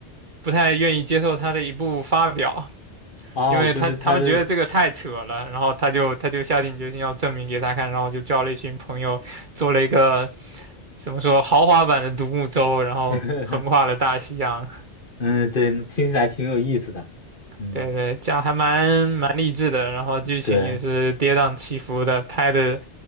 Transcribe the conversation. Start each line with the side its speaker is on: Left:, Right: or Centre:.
Right: 不太愿意接受他的一部发表，
Left: 哦，
Right: 因为他他们觉得这个太扯了，
Left: 就是他的，
Right: 然后他就他就下定决心要证明给他看，然后就叫了一群朋友做了一个怎么说豪华版的独木舟，然后横跨了大西洋。
Left: <laughs> 嗯，对，听起来挺有意思的。嗯，
Right: 对对，这样还蛮蛮励志的，然后剧情也是跌宕起伏的，
Left: 对，
Right: 拍的